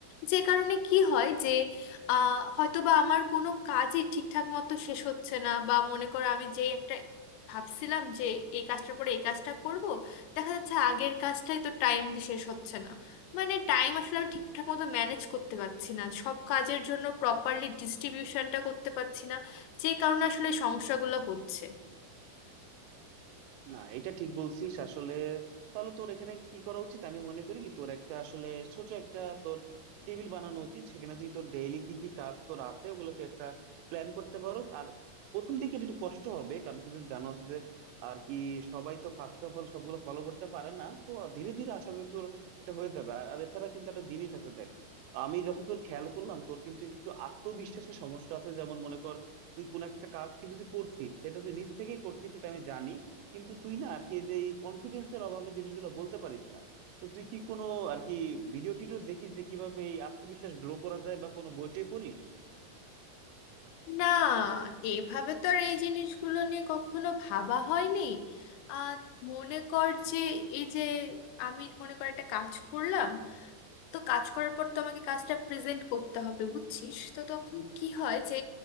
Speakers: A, on the left (about 85°); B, on the right (about 85°).
A: যে কারণে কি হয় যে আহ হয়তো বা আমার কোনো কাজই ঠিকঠাক মতো শেষ হচ্ছে না বা মনে কর আমি যেই একটা ভাবছিলাম যে এই কাজটার পরে এই কাজটা করব দেখা যাচ্ছে আগের কাজটাই তো টাইম দিয়ে শেষ হচ্ছে না মানে টাইম আসলে আমি ঠিকঠাক মতো ম্যানেজ করতে পারছি না সব কাজের জন্য প্রপারলি ডিস্ট্রিবিউশনটা করতে পারছি না যে কারণে আসলে এই সমস্যাগুলো হচ্ছে
B: না এটা ঠিক বলছিস আসলে তাহলে তোর এখানে কি করা উচিত আমি মনে করি কি তোর একটা আসলে ছোট একটা তোর টেবিল বানানো উচিত সেখানে তুই তোর ডেইলি কি কি কাজ তোর আছে ওগুলো তুই একটা প্ল্যান করতে পারো আর প্রথম দিকে এটা একটু কষ্ট হবে কারণ তুই যদি জানোস যে আর কি সবাই তো ফার্স্ট অফ অল সবগুলো ফলো করতে পারে না তো ধীরে ধীরে আশা করি তোর এটা হয়ে যাবে আর আর এছাড়া কিন্তু একটা জিনিস আছে দেখ আমি যতদূর খেয়াল করলাম তোর কিন্তু একটু আত্মবিশ্বাসের সমস্যা আছে যেমন মনে কর তুই কোন একটা কাজ কিন্তু তুই করছিস সেটা তুই নিজ থেকেই করছিস সেটা আমি জানি কিন্তু তুই না আর কি যে এই কনফিডেন্সের অভাবে জিনিসগুলো বলতে পারিস না তো তুই কি কোনো আর কি ভিডিও টিডিও দেখিস যে কিভাবে এই আত্মবিশ্বাস গ্রো করা যায় বা কোনো বই টই পড়িস
A: না এভাবে তো আর এই জিনিসগুলো নিয়ে কখনো ভাবা হয়নি আহ মনে কর যে এই যে আমি মনে কর একটা কাজ করলাম তো কাজ করার পর তো আমাকে কাজটা প্রেজেন্ট করতে হবে বুঝছিস তো তখন কি হয় যে